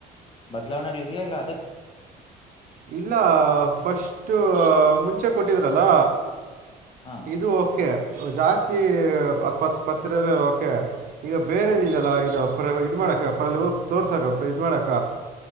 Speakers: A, on the left; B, on the right.
A: ಬದಲಾವಣ ಲೀಿದಿಯ ಅಲ್ಲಾ
B: ಇಲ್ಲ ಫಸ್ಟ್ ಮುಂಚೆ ಕೊಟ್ಟಿದ್ರಲ್ಲ
A: ಹಾ
B: ಇದು ಓಕೆ ಜಾಸ್ತಿತ್ ಪತ್ರ ಓಕೆ ಈಗ ಬೇರೆದು
A: ಹಾ
B: ಇದಲ್ಲಾ ಇದು ಇದ್ ಮಾಡಾಕ ಅ್ರ ಅಲ್ಲಿ ಹೋಗ ತೋರ್ಸಕ ಇದ್ ಮಾಡಾಕ